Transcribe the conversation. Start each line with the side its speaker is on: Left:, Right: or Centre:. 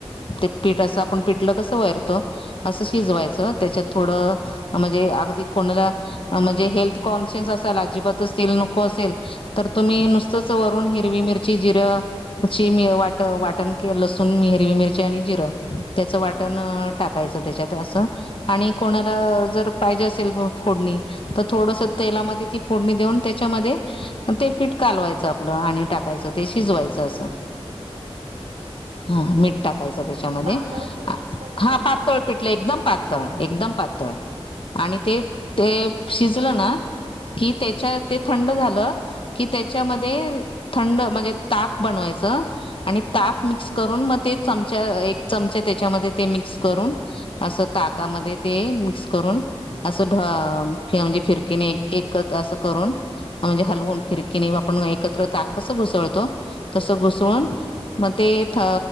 Left: ते पीठ असं आपण पिटलं कसं वयरतो- असं
Right: हम्म
Left: शिजवायचं
Right: अहं
Left: त्याच्यात- थोडं म्हणजे अगदी कोणाला म्हणजे हेल्थ कॉन्शियस असाल अजिबात असतीलल नको असेल- तर
Right: हम्म
Left: तुम्ही नुसतच वरून <inaudible> हिरवी मिरची जिरंची वाट वाटण के लसूनी हिरवी मिरची आणि जिरं- त्याच वाटण
Right: हम्म हम्म
Left: टाकायचं त्याच्यात असं आणि कोणाला
Right: हम्म
Left: जर- पाहिजे असेल फोडणी तर थोडस
Right: हम्म.
Left: तेलामध्ये- फोडणी देऊन त्याच्यामध्ये ते पीठ कालवायचं आपलं आणि टाकायचं ते शिजवायचं असं-
Right: अच्छा <inaudible>
Left: हा मीठ टाकायचं त्याच्यामध्ये
Right: पातळसर असतं का
Left: हा
Right: ते
Left: पातळ पिटलं एकदम प <inaudible> पातळ एकदम पातळ
Right: अच्छा
Left: आणि ते ते शिजलं ना-
Right: हम्म
Left: कि त्याच्या ते थंड झालं कि त्याच्यामध्ये-
Right: हम्म
Left: थंड म्हणजे ताक बनवायच आणि
Right: हम्म
Left: ताक मिक्स करून म- <inaudible> ते चमचा एक चमचा त्याच्यामध्ये ते मिक्स करून अस ताकामध्ये ते मिक्स करून- असं म्हणजे फिरकीने एकत अस करून <inaudible> म्हणजे हलवून
Right: घेतलं.
Left: फिरकीिने आपण
Right: हां हां.
Left: एकत्र ताक कसं घुसळतो कसं
Right: हो हो
Left: घुसळून <inaudible> मग ते एक